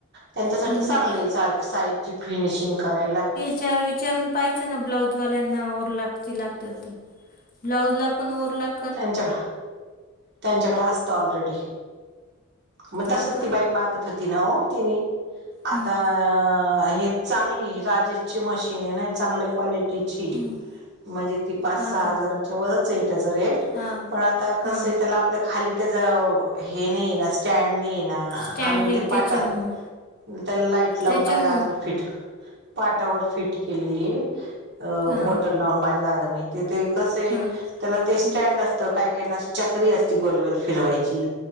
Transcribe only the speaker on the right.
त्यांच्यासाठी
चासांगलंय
सा सारख सा साईडची फिनिशिंग करायला.
त्यांच्याक त्यांच्याकड असत ऑलरेडी. मग
तसच
ती बाई मागत होती ना ओ तिने आता
हे. चांगली राजेश ची मशीन नाही चांगल्या कवालिटी. तिची
म्हणजे ती पाच
सहा
हजाराच्या वरच येट हजर.
पण आता कस
आहे त्याला आपल्या खाली त्याच हे नाही ये नत च्टॅड नाही ना
आम्ही
ते
पाठ त्याला लाईट लावून
माया दादानी फिट पाटावर फिट केलेली अ
मोटर लावून माझ्या दादानी. तती थे कसंअय
त्याला ते स्टँड
असतं काय काय ना काही ना चक्री असती गोलबोल फिरवायची.